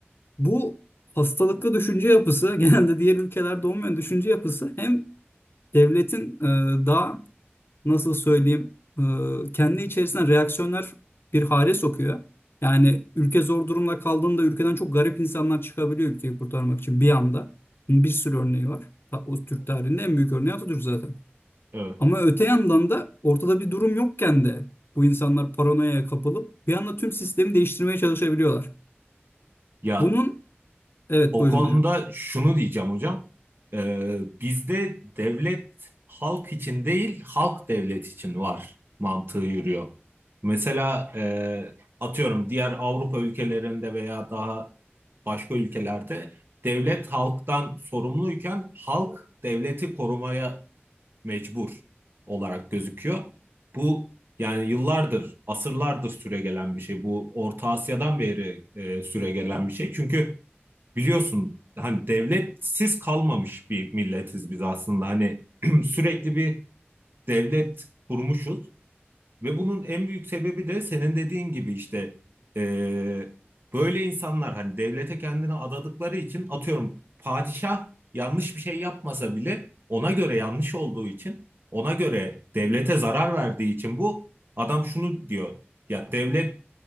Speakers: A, on the left (about 60°); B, on the right (about 55°).
A: Bu hastalıklı düşünce yapısı <laughs> genelde diğer ülkelerde olmayan düşünce yapısı hem devletin e, daha nasıl söyleyeyim e, kendi içerisinden reaksiyonlar bir hale sokuyor. Yani ülke zor durumda kaldığında ülkeden çok garip insanlar çıkabiliyor ülkeyi kurtarmak için bir anda. Bunun bir sürü örneği var. O Türk tarihinde en büyük örneği Atatürk zaten.
B: Evet.
A: Ama öte yandan da ortada bir durum yokken de bu insanlar paranoyaya kapılıp bir anda tüm sistemi değiştirmeye çalışabiliyorlar.
B: Ya
A: Bunun evet
B: O
A: buyurun
B: konuda
A: hocam.
B: şunu diyeceğim hocam. Ee, bizde devlet halk için değil, halk devlet için var mantığı yürüyor. Mesela e, atıyorum diğer Avrupa ülkelerinde veya daha başka ülkelerde devlet halktan sorumluyken halk devleti korumaya mecbur olarak gözüküyor. Bu yani yıllardır, asırlardır süregelen bir şey. Bu Orta Asya'dan beri e, süregelen bir şey. Çünkü biliyorsun hani devletsiz kalmamış bir milletiz biz aslında. Hani <clears throat> sürekli bir devlet kurmuşuz ve bunun en büyük sebebi de senin dediğin gibi işte e, böyle insanlar hani devlete kendini adadıkları için atıyorum padişah yanlış bir şey yapmasa bile ona göre yanlış olduğu için ona göre devlete zarar verdiği için bu adam şunu diyor ya devlet